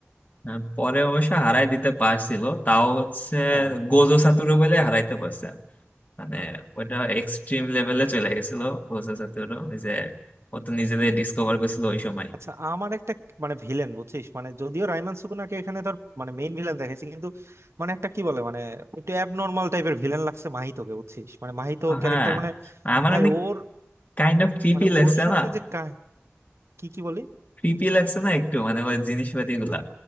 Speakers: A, on the left (about 35°); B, on the right (about 75°).
A: হ্যাঁ, পরে অবশ্য হারাই দিতে পারছিল তাও হচ্ছে
B: হ্যাঁ
A: গোজো সাতুরো বলে হারাইতে পারছে মানে ওটা এক্সট্রিম লেভেলে চলে গেছিল প্রসেস ওই যে ও তো নিজেদের ডিসকভার করেছিল ওই সময়
B: আচ্ছা আমার একটা মানে ভিলেন বুঝছিস মানে যদিও রাইমান সুকুনাকে এখানে ধর মানে মেইন ভিলেন দেখাইছি কিন্তু মানে একটা কি বলে মানে একটু অ্যাবনর্মাল টাইপের ভিলেন লাগছে মাহিতোকে বুঝছিস মানে মাহিতো ক্যারেক্টার
A: হ্যাঁ
B: মানে
A: আমার
B: ভাই
A: অনেক
B: ওর
A: কাইন্ড অফ ক্রিপি
B: মানে
A: লাগছে
B: ওর সাথে
A: না
B: যে কাহ- কি কি বলি
A: ক্রিপি লাগছে না একটু মানে ওই জিনিসপাতি গুলা